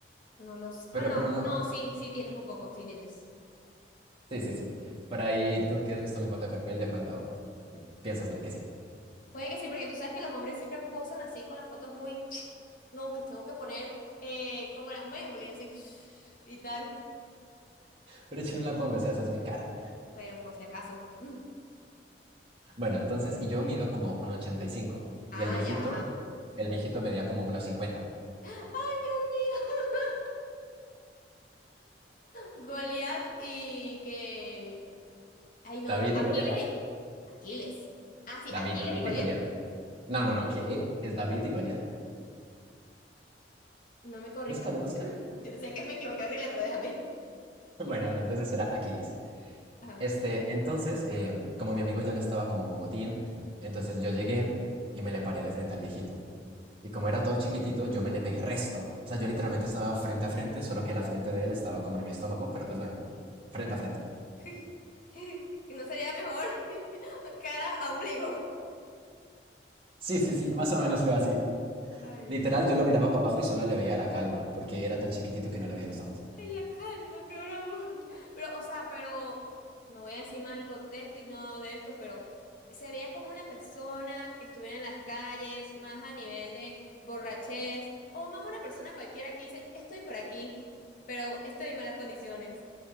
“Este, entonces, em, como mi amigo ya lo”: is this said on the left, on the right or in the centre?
Right